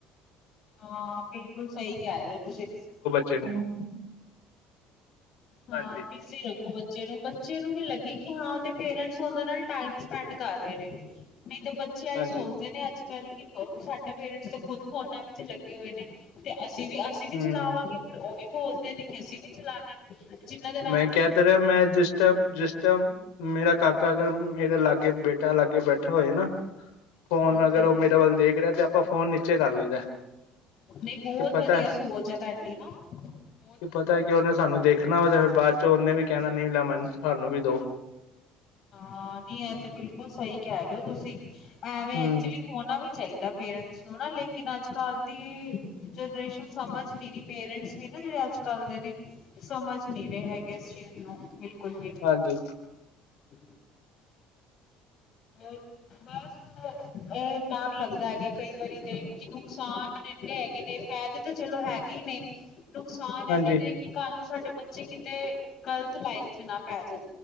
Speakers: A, on the left; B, on the left.
A: ਹਾਂ ਬਿਲਕੁਲ ਸਹੀ ਕਹਿ ਰਹੇ ਹੋ ਤੁਸੀਂ।
B: ਚੇ ਨੂੰ
A: ਹਾਂ
B: ਹਾਂਜੀ
A: ਬੀਜੀ ਉਹ ਬੱਚੇ ਨੂੰ ਬੱਚੇ ਨੂੰ ਵੀ ਲੱਗੇ ਕਿ ਹਾਂ ਉਹਦੇ ਪੇਰੈਂਟਸ ਉਹਦੇ ਨਾਲ ਟਾਈਮ ਸਪੈਂਡ ਕਰ ਰਹੇ ਨੇ। ਨਈ ਤੇ ਬੱਚੇ ਆਹੀਂ
B: ਹਾਂਜੀ
A: ਸੋਚਦੇ ਕੇਨ ਅੱਜ ਕੱਲ੍ਹ ਕਿ <unintelligible> ਸਾਡੇ ਪੇਰੈਂਟਸ ਤਾਂ ਖ਼ੁਦ ਫੋਨਾਂ ਵਿੱਚ ਲੱਗੇ ਹੋਏ ਨੇ ਤੇ ਅਸੀਂ ਵੀ ਆ ਅਸੀਂ ਵੀ
B: ਹੂੰ
A: ਚਲਾਵਾਂਗੇ ਫਿਰ ਉਹ ਵੀ ਬੋਲਦੇ ਨੇ ਕਿ ਅਸੀਂ ਵੀ ਚਲਾਣਾ, ਜਿਨਾਂ ਦਾ
B: ਮੈਂ ਕਹਿ ਤਾਂ ਰਿਹਾ ਮੈਂ ਜਿਸ ਟਾਈਮ ਜਿਸ ਟਾਈਮ ਮੇਰਾ ਕਾਕਾ ਅਗਰ ਮੇਰੇ ਲਾਗੇ, ਬੇਟਾ ਲਾਗੇ ਬੈਠਾ ਹੋਏ ਨਾ। ਫੋਨ
A: ਹਾਂਜੀ
B: ਅਗਰ ਉਹ ਮੇਰੇ ਵੱਲ ਦੇਖ ਰਿਹਾ ਤੇ, ਆਪਾਂ ਫੋਨ ਨੀਚੇ ਕਰ ਲਈਦਾ।
A: ਨਹੀਂ ਬਹੁਤ
B: ਕਿ ਪਤਾ
A: ਵਧੀਆ ਸੋਚ ਹੈ, ਤੁਹਾਡੀ ਨਾ। ਬਹੁਤ
B: ਕੀ
A: ਵਧੀਆ
B: ਪਤਾ ਕਿ ਉਹਨੇ ਸਾਨੂੰ ਦੇਖਣਾ ਵਾ, ਤੇ ਫਿਰ ਬਾਅਦ ਚ ਉਹਨੇ ਵੀ ਕਹਿਣਾ ਨਹੀਂ, ਲੈ ਮੈਨੂੰ ਸਾਨੂੰ ਵੀ ਦੋ।
A: ਹਾਂ, ਨੀ ਇਹ ਤੇ ਬਿਲਕੁਲ ਸਹੀ ਕਹਿ ਰਹੇ ਹੋ, ਤੁਸੀਂ ਐਵੇਂ
B: ਹੂੰ
A: ਐਕਚੁਲੀ। ਹੋਣਾ ਵੀ ਚਾਹੀਦਾ ਪੇਰੈਂਟਸ ਨੂੰ। ਹਨਾ, ਲੇਕਿਨ ਅੱਜ ਕੱਲ੍ਹ ਦੀ ਜਨਰੇਸ਼ਨ ਸਮਝ ਨਹੀਂ ਰਹੀ, ਪੇਰੈਂਟਸ ਵੀ ਨਾ ਜਿਹੜੇ ਅੱਜ ਕੱਲ ਦੇ ਨੇ। ਸਮਝ ਨਹੀਂ ਰਹੇ ਹੈਗੇ, ਇਸ ਚੀਜ਼ ਨੂੰ ਬਿਲਕੁਲ ਵੀ।
B: ਹਾਂਜੀ।
A: ਹੂੰ। ਹੋਰ ਬਸ। ਇਹ ਡਰ ਲੱਗਦਾ ਹੈਗਾ, ਕਈ ਵਾਰੀ ਤੇ ਕਿ ਨੁਕਸਾਨ ਇੰਨੇ ਹੈਗੇ ਨੇ, ਫਾਇਦੇ ਤਾਂ ਚਲੋ ਹ ਹੈਗੇ ਨੇ। ਨੁਕਸਾਨ ਇਹਨੇ
B: ਹਾਂਜੀ
A: ਨੇ ਕਿ, ਕੱਲ ਨੂੰ ਸਾਡੇ ਬੱਚੇ, ਕਿਤੇ ਗਲਤ ਲਾਈਨ ਚ ਨਾ ਪੈ ਜਾਣ।